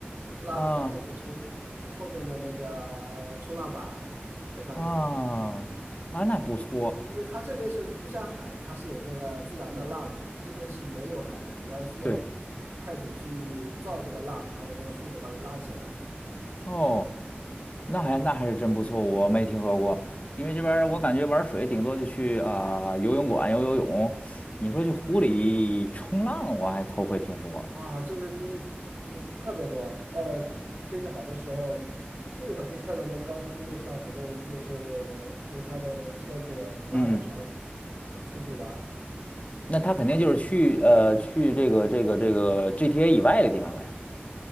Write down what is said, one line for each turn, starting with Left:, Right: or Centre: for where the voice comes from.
Right: 拉着在后面冲，
Left: 啊
Right: 后面的那个冲浪板在上面，
Left: 啊啊，那不错。
Right: 因为它这边是不像海，它是有那个自然的浪的，这边是没有海的，你要需要
Left: 对
Right: 快艇去造这个浪，还有那个速度把你拉起来。
Left: 哦，那还那还是真不错，我没听说过。因为这边儿我感觉玩水顶多就去啊、游泳馆游游泳，你说去湖里冲浪，我还头回听说。
Right: 啊，这边嗯特别多，到了天气好的时候，基本上可以看到那高速公路上很多人就是用他的车子拉着船
Left: 嗯。
Right: 出去玩儿
Left: 那他肯定就是去呃去这个这个这个 GTA 以外的地方呗，